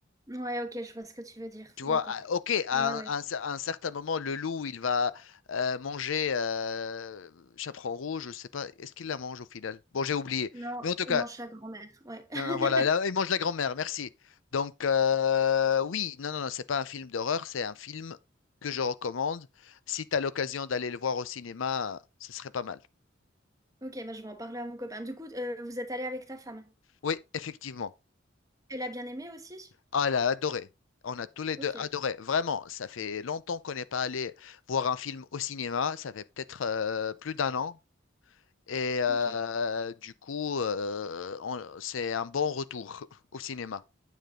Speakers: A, on the right; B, on the left.
A: Ouais, ok, je vois ce que tu veux dire.
B: Tu
A: D'accord.
B: vois, ah, ok, à
A: Ouais, ouais.
B: un, à un cer- à un certain moment, le loup, il va euh, manger euh, Chaperon Rouge, je sais pas, est-ce qu'il la mange au final? Bon, j'ai oublié.
A: Non,
B: Mais en tout cas,
A: il mange sa grand-mère, ouais. <laughs>
B: non, non, voilà, là, il mange la grand-mère, merci. Donc, euh, oui, non, non, non, c'est pas un film d'horreur, c'est un film que je recommande. Si tu as l'occasion d'aller le voir au cinéma, ce serait pas mal.
A: Ok, bah je vais en parler à mon copain. Du coup, euh, vous êtes allé avec ta femme.
B: Oui, effectivement.
A: Elle a bien aimé aussi?
B: Ah, elle a adoré. On a tous les
A: Ok,
B: deux adoré. Vraiment, ça fait longtemps qu'on n'est pas allé voir un film au cinéma. Ça fait peut-être euh, plus d'un an. Et euh,
A: ok,
B: du coup, euh, on- c'est un bon retour <laughs> au cinéma.